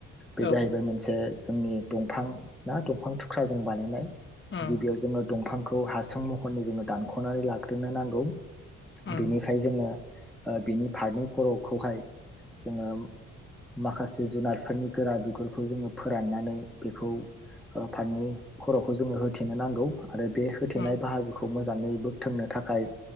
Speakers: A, in the centre; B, on the left.
A: बे
B: औ
A: जाहैबाय मोनसे जोंनि दंफां ना दंफां थुख्राजों बानायनाय
B: उम
A: गिबियाव जोङो दंफांखौ हासुं महरनि जोङो दानख'नानै लाग्रोनो नांगौ
B: उम
A: बेनिफ्राय जोङो बिनि फारनै खर'खौहाय जोङो माखासे जुनारफोरनि गोरा बिगुरखौ जोङो फोराननानै बेखौ फारनै खर'खौ जोङो होथेनो नांगौ आरो बे होथेनाय
B: उम
A: बाहागोखौ मोजाङै बोथोंनो थाखाय